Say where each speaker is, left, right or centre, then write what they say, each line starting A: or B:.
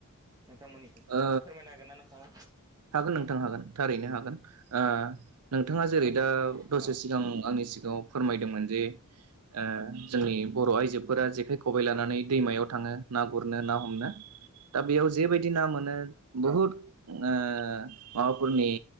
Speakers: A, on the right (about 20°); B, on the right (about 80°).
A: नोंथांमोननिथिं
B: ओ
A: फोरमायनो हागोन ना नोंथाङा
B: हागोन नोंथां हागोन थारैनो हागोन ओ नोंथाङा जेरै
A: औ
B: दा दसे
A: औ
B: सिगां आंनि सिगाङाव फोरमायदोंमोन जे ओ जोंनि बर' आइजोफोरा जेखाइ खबाइ लानानै दैमायव थाङो ना गुरनो ना हमनो दा बेयाव जे बाय दि ना मोनो बुहुत ओ माबाफोरनि